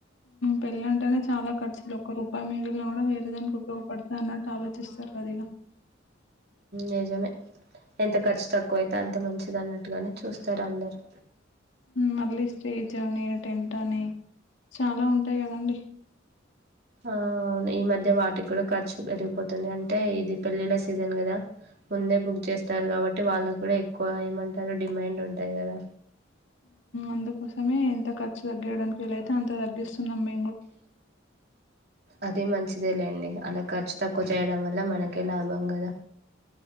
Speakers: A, on the left; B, on the right.
A: పళ్ల ఉంట చాలా ఖర్చులు ఒక్క రూపాయి మిగిలిన కూడా వేరే దానికి ఉపయోగపడతా అన్నట్టు ఆలోచిస్తారు అదిగా
B: నిజమే ఎంత ఖర్చు తక్కువైతే అంత మంచిది అన్నట్టుగానే చూస్తారు అందరు
A: మళ్ళీ స్టేజ్ అని టెంట్ అని చాలా ఉంటాయి కదండి
B: ఆ అవును ఈ మధ్య వాటికి కూడా ఖర్చు పెరిగిపోతుంది అంటే ఇది పెళ్ళిళ్ళ సీజన్ కదా ముందే బుక్ చేస్తారు కాబట్టి వాళ్ళకి కూడా ఎక్కువ ఏమంటారు డిమాండ్ ఉంటాయి కదా
A: అందుకోసమే ఎంత ఖర్చుగా తగ్యడానికిీలతేంత తగ్గిస్తున్నాంే
B: అదే మంచిదే లేండి అలా ఖర్చు తక్కువ చేయడం వల్ల మనకే లాభం కదా